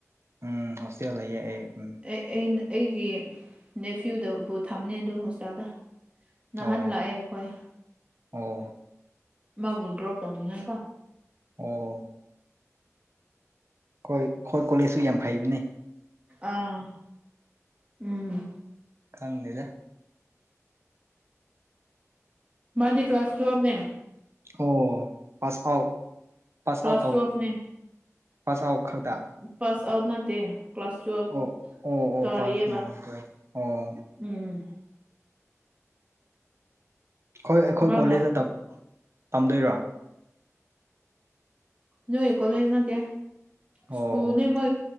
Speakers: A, on the right; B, on the right.
A: ꯎꯝ ꯍꯣꯁꯇꯦꯜ ꯂꯩꯌꯦ ꯑꯩ ꯎꯝ
B: ꯑꯩ ꯑꯩꯅ ꯑꯩꯒꯤ ꯅꯦꯐ꯭ꯤꯌꯨꯗꯕꯨ ꯊꯝꯅꯦ ꯑꯗꯨ ꯍꯣꯁꯇꯦꯜꯗ ꯅꯥꯍꯟ
A: ꯑꯣ
B: ꯂꯥꯛꯑꯦ ꯑꯩꯈꯣꯏ
A: ꯑꯣ
B: ꯃꯥꯕꯨ ꯗ꯭ꯔꯣꯞ ꯇꯧꯅꯤꯡꯉꯀꯣ
A: ꯑꯣ ꯍꯣꯏ ꯑꯩꯈꯣꯏ ꯀꯣꯂꯦꯖꯁꯨ ꯌꯥꯝ ꯐꯩꯕꯅꯤ
B: ꯑꯥ ꯎꯝ
A: ꯈꯪꯅꯤꯂ
B: ꯃꯥꯗꯤ ꯀ꯭ꯂꯥꯁ ꯇꯨꯑꯕꯅꯦ
A: ꯑꯣ pass out pass
B: class
A: out ꯑꯥꯎ
B: ꯇꯨꯋꯦꯜꯐꯅꯦ
A: ꯄꯥꯁ ꯑꯥꯎꯠ ꯈꯛꯇ
B: ꯄꯥꯁ ꯑꯥꯎꯠ ꯅꯠꯇꯦ ꯀ꯭ꯂꯥꯁ ꯇꯨꯋꯦꯜꯕ
A: ꯑꯣ ꯑꯣ ꯑꯣ
B: ꯇꯥꯔꯤꯑꯕ
A: ꯄꯥꯁ ꯑꯣ
B: ꯎꯝ
A: ꯍꯣꯏ ꯑꯩꯈꯣꯏ
B: ꯃꯥꯅ
A: ꯀꯣꯂꯦꯖꯇ ꯇꯝꯗꯣꯏꯔꯣ
B: ꯌꯥꯣꯏ ꯀꯣꯂꯖ ꯅ ꯇ
A: ꯑꯣ
B: ꯁ꯭ꯀꯨꯜꯅꯦ ꯃ